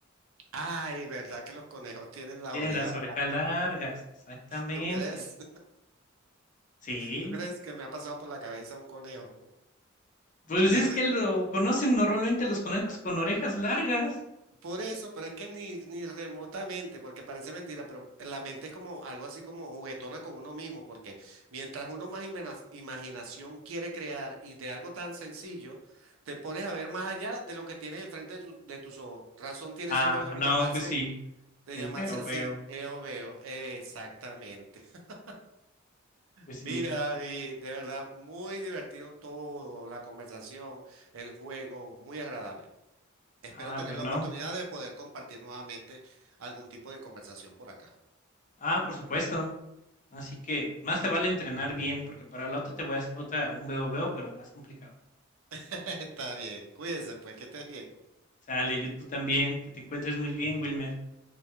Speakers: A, on the right (about 80°); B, on the left (about 40°).
A: Ay, ¿verdad que los conejos tienen las
B: Tienen
A: orejas?
B: las orejas largas, exactamente.
A: ¿Tú crees?
B: Sí.
A: <laughs> ¿Tú crees que me ha pasado por la cabeza un conejo? <laughs>
B: Pues
A: Ni
B: es
A: re-
B: que lo conocen normalmente los conejos con orejas largas.
A: por eso, pero es que ni, ni remotamente, porque parece mentira, pero la mente es como algo así como juguetona con uno mismo, porque mientras uno más imena- imaginación quiere crear y de algo tan sencillo, te pones a ver más allá de lo que tienes enfrente de, tu- de tus ojos. Razón tiene
B: Ah,
A: ese juego de
B: no,
A: llamarse
B: pues sí.
A: De
B: El
A: llamarse
B: veo,
A: así,
B: veo.
A: Sí. Veo Veo, exactamente. <laughs>
B: Pues
A: Mira,
B: sí.
A: David, de verdad, muy divertido todo, la conversación, el juego, muy agradable. Espero
B: Ah,
A: tener
B: bueno.
A: la oportunidad de poder compartir nuevamente algún tipo de conversación por acá.
B: Ah, por supuesto. Así que más te vale entrenar bien, porque para la otra te voy a hacer otra, un veo veo, pero más complicado.
A: <laughs> Está bien, cuídese pues, que estés bien.
B: Sale, yo tú también, que te encuentres muy bien, Wilmer.